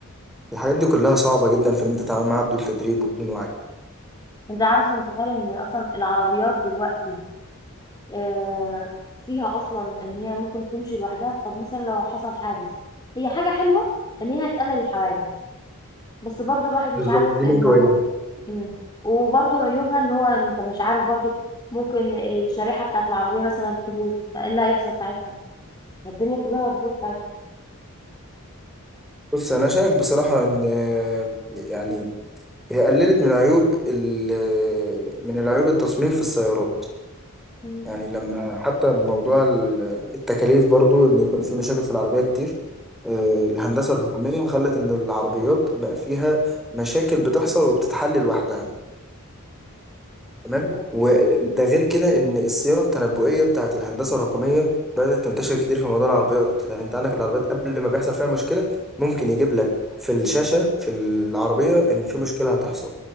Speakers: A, in the centre; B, on the left (about 20°).
A: الحاجات دي كلها صعبة جدا في إن أنت تتعامل معاها بدون تدريب وبدون وعي
B: انت عارف متخيل ان اصلا العربيات دلوقتي آه فيها اصلا ان هي ممكن تمشي لوحدها طب مثلا لو حصل حادث هي حاجة حلوة ان هي هتقلل الحوادث بس برضو الواحد مش
A: بالظبط
B: عارف
A: دي
B: انه
A: من فوائدها
B: ممكن وبرضو عيوبها ان هو انت مش عارف برضو ممكن الشريحة بتاعت العربية مثلا تبوظ فايه اللي هيحصل ساعتها الدنيا كلها هتبوظ ساعتها
A: بص أنا شايف بصراحة إن آه، يعني هي قللت من عيوب ال... من العيوب التصميم في السيارات
B: مم.
A: يعني لما حتى بموضوع ال- التكاليف برضو ان يكون في مشاكل في العربية كتير آه، الهندسة الرقمية خلت ان العربيات بقى فيها مشاكل بتحصل وبتتحل لوحدها تمام
B: ايوه
A: وده
B: مم.
A: غير كده ان الصيانة التنبؤية بتاعت الهندسة الرقمية بدأت تنتشر كتير في موضوع العربيات يعني انت عندك العربيات قبل ما بيحصل فيها مشكلة ممكن يجيب لك في الشاشة في العربية ان في مشكلة هتحصل